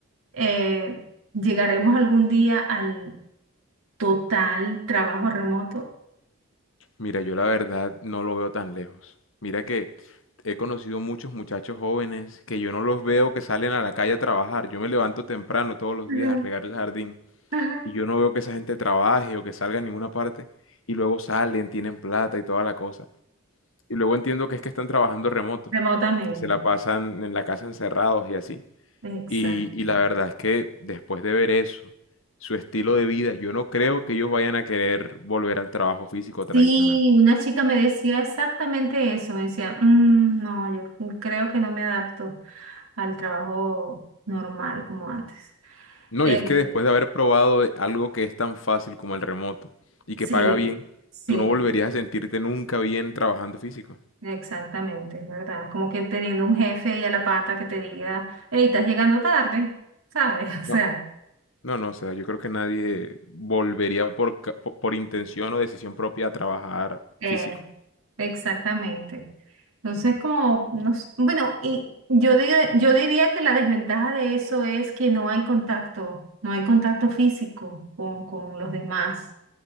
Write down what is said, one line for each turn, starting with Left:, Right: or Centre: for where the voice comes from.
Right: eh, llegaremos algún día al total trabajo remoto,
Left: Mira, yo la verdad no lo veo tan lejos. Mira que he conocido muchos muchachos jóvenes que yo no los veo que salen a la calle a trabajar. Yo me levanto temprano todos los
Right: Ajá,
Left: días a regar el jardín
Right: ajá.
Left: y yo no veo que esa gente trabaje o que salga a ninguna parte y luego salen, tienen plata y toda la cosa. Y luego entiendo que es que están trabajando remoto,
Right: remotamente.
Left: que se la pasan en la casa encerrados y así.
Right: Exactamente.
Left: Y, y la verdad es que después de ver eso, su estilo de vida, yo no creo que ellos vayan a querer volver al trabajo físico tradicional.
Right: Sí, una chica me decía exactamente eso, me decía, "Mm, no, yo creo que no me adapto al trabajo normal como antes.
Left: No,
Right: Eh,
Left: y es que después de haber probado de- algo que es tan fácil como el remoto y que
Right: sí,
Left: paga bien,
Right: sí.
Left: tú no volverías a sentirte nunca bien trabajando físico.
Right: Exactamente, es verdad. Como que teniendo un jefe ahí a la pata que te diga, hey, estás llegando tarde, ¿sabes? <laughs> O sea,
Left: No. No, no, o sea, yo creo que nadie volvería por, ca- po- por intención o decisión propia a trabajar
Right: eh,
Left: físico.
Right: exactamente. Entonces, como, no s- bueno, y yo diga, yo diría que la desventaja de eso es que no hay contacto, no hay contacto físico con, con los demás.